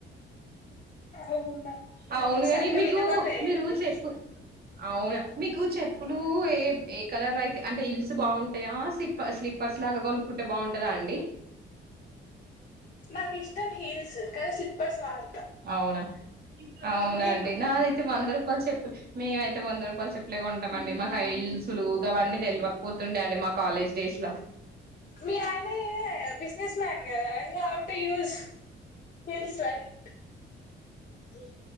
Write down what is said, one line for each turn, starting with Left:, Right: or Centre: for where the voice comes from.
Left: అవునా
Right: అవునుగాని
Left: నాకు సరిగా
Right: మీకు
Left: వినబడలే
Right: మీరు
Left: అండి
Right: చెప్పు అవునా మీకు చెప్పులు ఏ ఏ కలర్ అయితే అంటే హిల్స్ బాగుంటాయా స్ప్ప స్లీప్పర్స్ లాగా కొనుక్కుంటే బాగుంటందా అండి
Left: నాకు ఇష్టం హిల్స్ కానీ స్లిప్పర్స్ వాలి
Right: అవునా అవునా
Left: మీకు
Right: అండి నాదైతే వందరు రూపాయలు చెప్పుల్ మేముయితే వంద రూపాయలు చెప్పలే కొంటాం అండి మాకు హిల్స్లుగా అవన్నీ తెలివకపోతుండే అండి మా కాలేజ్ డేస్ లో
Left: మీ ఆయన ఏ బిజినస్ మ్యాన్ గద <unintelligible> యూస్ హిల్ స్లైట్ మీ